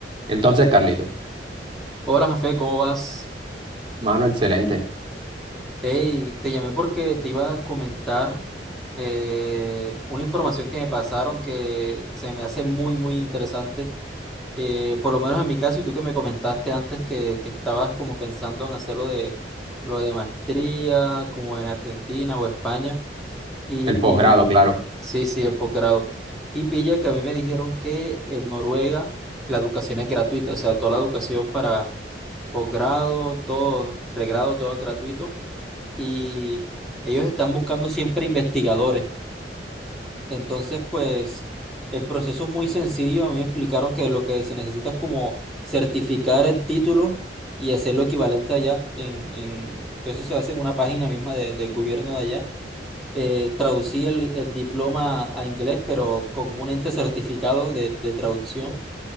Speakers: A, on the right; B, in the centre.
A: Entonces, Carlito,
B: Hola, Jafé, ¿cómo vas?
A: mano, excelente.
B: Hey, te llamé porque te iba a comentar eh, una información que me pasaron que se me hace muy, muy interesante, eh, por lo menos en mi caso, y tú que me comentaste antes que, que estabas como pensando en hacer lo de, lo de maestría, como en Argentina o España, y,
A: El posgrado,
B: y
A: claro.
B: sí, sí, el posgrado. Y pilla que a mí me dijeron que en Noruega la educación es gratuita, o sea, toda la educación para posgrado, todo, pregrado, todo es gratuito. Y ellos están buscando siempre investigadores. Entonces, pues, el proceso es muy sencillo. A mí me explicaron que lo que se necesita es como certificar el título y hacerlo equivalente allá, en, en, que eso se hace en una página misma de- del gobierno de allá. Eh, traducí el, el diploma a inglés, pero con un ente certificado de de traducción.